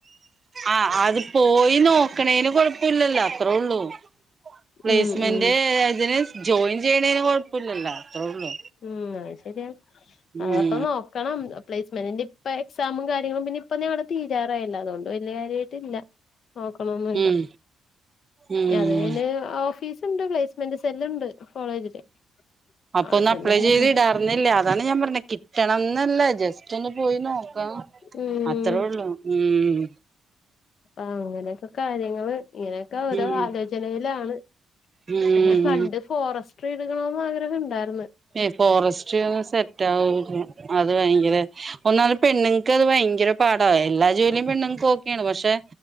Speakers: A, on the right (about 35°); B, on the left (about 60°).
A: ആ അത് പോയി നോക്കണേന് കൊഴപ്പില്ലല്ലോ അത്ര ഉള്ളൂ. പ്ലേസ്മെന്റ്
B: ഉം ഉം
A: അതിന് ജോയിൻ ചെയ്യണേന് കൊഴപ്പുല്ലല്ലോ അത്രേ ഉള്ളൂ
B: ഉം അഹ് ശരിയാണ് അഹ്പ്പം
A: ഉം
B: നോക്കണം പ്ലേസ്മെന്റിന്റെ ഇപ്പെ എക്സാമും കാര്യങ്ങളും പിന്നെ ഇപ്പൊ ഞങ്ങടെ തീരാറായല്ലോ അതോണ്ട് വലിയ കാര്യമായിട്ട് ഇല്ല നോക്കണൊന്നുല്ല
A: ഉം ഉം
B: അതെ അന് ഓഫീസ്ണ്ട് പ്ലേസ്മെന്റ് സെല്ലുണ്ട് കോളേജില്
A: അപ്പൊ
B: അവിടെ
A: ഒന്ന്
B: ചെന്ന്
A: അപ്ലൈ
B: സംസാരി
A: ചെയ്ത് ഇടാർന്നില്ലേ അതാണ് ഞാൻ പറഞ്ഞ കിട്ടണംന്നല്ലേ ജസ്റ്റ് ഒന്ന് പോയിനോ ലോ
B: ഉം
A: അത്രൊള്ളൂ ഉം
B: ആഹ് അങ്ങനെയൊക്കെ കാര്യങ്ങള് ഇങ്ങനെയൊക്കെ ഓരോ
A: ഉം
B: ആലോചനയിലാണ്.
A: ഉം
B: പിന്നെ പണ്ട് ഫോറസ്റ്റ്രി എടുക്കണോന്ന് ആഗ്രഹുണ്ടായി
A: ഏ ഫോറസ്റ്റ് ഒന്നും സെറ്റ് <unintelligible> അത് ഭയങ്കര ഒന്നാമത് പെണ്ണുങ്ങക്ക് അത് ഭയങ്കര പാടാ എല്ലാ ജോലിയും പെണ്ണുങ്ങക്ക് ഓക്കെയാണ് പക്ഷെ